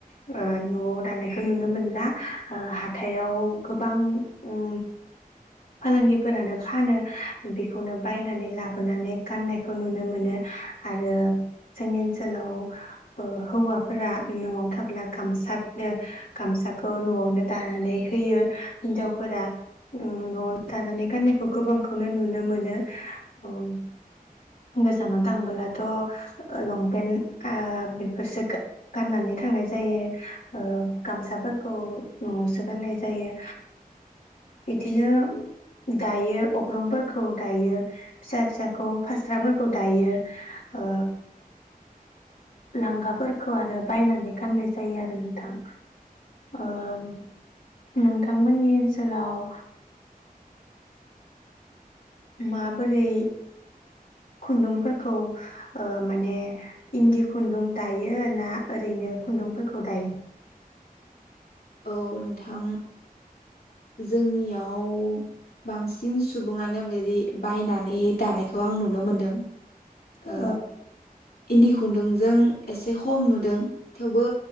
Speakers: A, on the left (about 65°); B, on the left (about 85°).
A: ओ न'आव दानायखौ नुनो मोनला ओ हाथायाव गोबां उम फालांगिफोरानो फानो बेखौनो बायनानै लाबोनानै गाननायखौ नुनो मोनो आरो जोंनि ओनसोलाव ओ हौवाफोरा न'आव थाब्ला गामसा गानो गामसाखौ न'आवनो दानानै होयो हिन्जावफोरा उम न'आवनो दानानै गाननायखौ गोबांखौनो नुनो मोनो। अम गोजानाव थांबोलाथ लंपेन्ट आ बेफोरसो खो गाननानै थांनाय जायो ओ गामसाफोरखौ न'आवसो गाननाय जायो इदिनो दायो अग्रंफोरखौ दायो फिसा फिसा खौ फास्राफोरखौ दायो ओ लांगाफोरखौ आरो बायनानै गाननाय जायो आरो नोंथां ओम नोंथांमोननि ओनसोलाव माबोरै खुन्दुंफोरखौ ओ माने इन्दि खुन्दुं दायो ना ओरैनो खुन्दुंफोरखौ दायो।
B: औ नोंथां जोंनियाव बांसिन सुबुङानो बेदि बायनानै दानायखौ आं नुनो मोनदों
A: औ
B: ओ इन्दि खुन्दुं जों एसे खम नुदों थेवबो